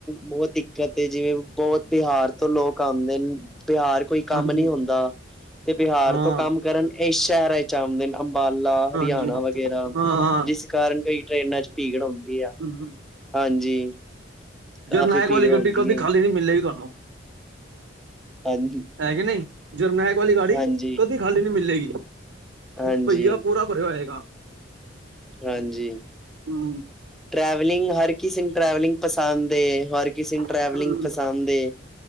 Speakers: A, in the centre; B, on the right.
A: ਬਹੁਤ ਦਿੱਕਤ ਜਿਵੇਂ ਬਹੁਤ ਬਿਹਾਰ ਤੋਂ ਲੋਕ ਆਉਂਦੇ ਨੇ ਬਿਹਾਰ ਕੋਈ ਕੰਮ
B: ਹਾਂਜੀ
A: ਨੀ ਹੁੰਦਾ ਤੇ ਬਿਹਾਰ
B: ਹਾਂ
A: ਤੋਂ ਕੰਮ ਕਰਨ ਇਸ ਸ਼ਹਿਰ ਜਾਂਦੇ ਨੇ ਅੰਬਾਲਾ,
B: ਹਾਂਜੀ।
A: ਹਰਿਆਣਾ ਵਗੈਰਾ
B: ਹਾਂ ਹਾਂ
A: ਜਿਸ ਕਾਰਨ ਕਈ ਟ੍ਰਰੇਨਾਂ ਚ, ਭੀੜ ਹੁੰਦੀ ਆ।
B: ਹੂੰ ਹੂੰ।
A: ਹਾਂਜੀ। ਕਾਫ਼ੀ
B: ਜਰਨਾਇਕ
A: ਭੀੜ
B: ਵਾਲੀ
A: ਹੁੰਦੀ
B: ਗੱਡੀ ਕਦੀ
A: ਹੈ।
B: ਖਾਲੀ ਨਹੀਂ ਮਿਲੇਗੀ ਤੁਹਾਨੂੰ,
A: ਹਾਂਜੀ,
B: ਹੈ ਕੇ ਨਹੀਂ। ਜਰਨੈਕ ਵਾਲੀ ਗੱਡੀ
A: ਹਾਂਜੀ,
B: ਕਦੀ ਖਾਲੀ ਨਹੀਂ ਮਿਲੇਗੀ।
A: ਹਾਂਜੀ,
B: ਭਈਆ ਪੂਰਾ ਭਰਿਆ ਹੋਏਗਾ।
A: ਹਾਂਜੀ।
B: ਹੂੰ
A: ਟਰੈਵਲਿੰਗ ਹਰ ਕਿਸੇ ਨੂੰ ਟਰੈਵਲਿੰਗ ਪਸੰਦ ਏ। ਹਰ ਕਿਸੇ ਨੂੰ ਟਰੈਵਲਿੰਗ
B: ਹਮ,
A: ਪਸੰਦ ਏ।